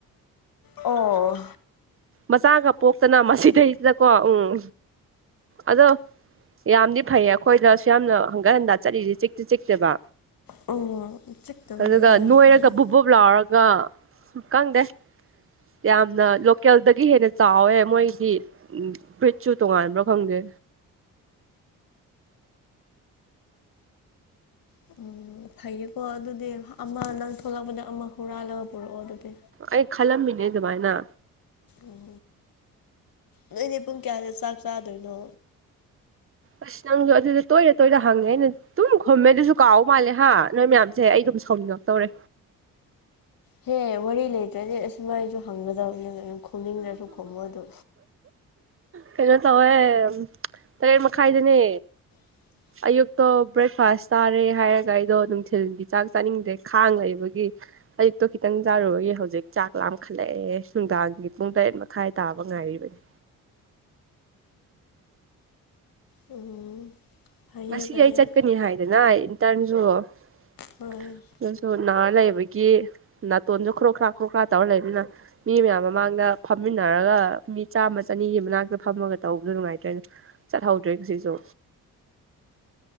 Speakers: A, on the left (about 60°); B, on the right (about 35°).
A: ꯑꯣ
B: ꯃꯆꯥꯒ ꯄꯣꯛꯇꯅ ꯃꯁꯤꯗꯩꯁꯤꯗꯀꯣ ꯎꯝ ꯑꯗꯣ ꯌꯥꯝꯗꯤ ꯐꯩꯌꯦ ꯑꯩꯈꯣꯏꯗ ꯁ ꯌꯥꯝꯅ ꯍꯟꯒꯠ ꯍꯟꯗꯥ ꯆꯠꯂꯤꯖꯦ ꯆꯤꯛꯇꯤ ꯆꯤꯛꯇꯦꯕ
A: ꯎꯝ ꯆꯤꯛꯇꯕ
B: ꯑꯗꯨꯒ
A: ꯍꯨꯏꯗꯤ ꯌꯥꯝ
B: ꯅꯣꯏꯔꯒ
A: ꯐꯩꯌꯦ
B: ꯕꯨꯞ ꯕꯣꯞ ꯂꯥꯎꯔꯒ ꯈꯪꯗꯦ ꯌꯥꯝꯅ ꯂꯣ ꯀꯦꯜꯗꯒꯤ ꯍꯦꯟꯅ ꯆꯥꯎꯋꯦ ꯃꯣꯏꯗꯤ ꯕ꯭ꯔꯤꯠꯁꯨ ꯇꯣꯉꯥꯟꯕ꯭ꯔ ꯈꯪꯗꯦ
A: <unintelligible> ꯐꯩꯌꯦꯀꯣ ꯑꯗꯨꯗꯤ ꯑꯃ ꯅꯪ ꯊꯣꯛꯂꯛꯄꯗ ꯑꯃ ꯍꯨꯔꯥꯜꯂꯒ ꯄꯨꯔꯛꯑꯣ ꯑꯗꯨꯗꯤ
B: ꯑꯩ ꯈꯜꯂꯝꯃꯤꯅꯦ ꯑꯗꯨꯃꯥꯏꯅ
A: ꯎꯝ ꯅꯣꯏꯗꯤ ꯄꯨꯡ ꯀꯌꯥꯗ ꯆꯥꯛ ꯆꯥꯗꯣꯏꯅꯣ
B: ꯑꯁ ꯅꯪꯁꯨ ꯑꯗꯨꯗ ꯇꯣꯏꯅ ꯇꯣꯏꯅ ꯍꯪꯉꯦ ꯑꯩꯅ ꯑꯗꯨꯨꯝ ꯈꯨꯝꯃꯦ ꯑꯗꯨꯁꯨ ꯀꯥꯎ ꯃꯥꯜꯂꯦ ꯍꯥ ꯅꯣꯏ ꯃꯌꯥꯝꯁꯦ ꯑꯩꯗꯨꯝ ꯁꯥꯎꯅꯤꯡꯉꯛꯇꯧꯔꯦ
A: ꯍꯦ ꯋꯥꯔꯤ ꯂꯩꯇ꯭ꯔꯗꯤ ꯑꯁꯨꯃꯥꯏꯁꯨ ꯍꯪꯒꯗꯕꯅꯦ ꯈꯨꯝꯅꯤꯡꯗ꯭ꯔꯁꯨ ꯈꯨꯝꯃꯣ ꯑꯗꯨ
B: ꯀꯩꯅꯣ ꯇꯧꯋꯦ ꯇꯔꯦꯠ ꯃꯈꯥꯏꯗꯅꯦ
A: <inaudible>
B: ꯑꯌꯨꯛꯇꯣ ꯕ꯭ꯔꯦꯛꯐꯥꯁ ꯆꯥꯔꯦ ꯍꯥꯏꯔꯒ ꯑꯩꯗꯣ ꯅꯨꯡꯊꯤꯜꯒꯤ ꯆꯥꯛ ꯆꯥꯅꯤꯡꯗ꯭ꯔꯦ ꯈꯥꯡ ꯂꯩꯕꯒꯤ ꯑꯌꯨꯛꯇꯣ ꯈꯤꯇꯪ ꯆꯥꯔꯨꯕꯒꯤ ꯍꯧꯖꯤꯛ ꯆꯥꯛ ꯂꯥꯝꯈꯠꯂꯛꯑꯦ ꯅꯨꯡꯗꯥꯡꯒꯤ ꯄꯨꯡ ꯇꯔꯦꯠ ꯃꯈꯥꯏ ꯇꯥꯕ ꯉꯥꯏꯔꯤꯕꯅꯤ
A: ꯎꯝ ꯐꯩꯌꯦ
B: ꯉꯁꯤ
A: ꯐꯩꯌꯦ
B: ꯑꯩ ꯆꯠꯀꯅꯤ ꯍꯥꯏꯗꯅ ꯏꯟꯇꯔꯟꯁꯨ ꯑꯗꯨꯁꯨ
A: ꯍꯣꯏ
B: ꯅꯥ ꯂꯩꯕꯒꯤ ꯅꯥꯇꯣꯟꯁꯨ ꯈꯔꯣꯛ ꯈ꯭ꯔ ꯈꯨꯔꯣꯛ ꯈ꯭ꯔꯥ ꯇꯧꯔ ꯂꯩꯕꯅꯤꯅ ꯃꯤ ꯃꯌꯥꯝ ꯃꯃꯥꯡꯗ ꯐꯝꯃꯤꯟꯅꯔꯒ ꯃꯤ ꯆꯥꯝꯃ ꯆꯅꯤꯒꯤ ꯃꯅꯥꯛꯇ ꯐꯝꯃꯒ ꯇꯧꯕꯗꯣ ꯅꯨꯡꯉꯥꯏꯇꯣꯏꯅꯦꯣ ꯆꯠꯍꯧꯗ꯭ꯔꯦ ꯉꯁꯤꯁꯨ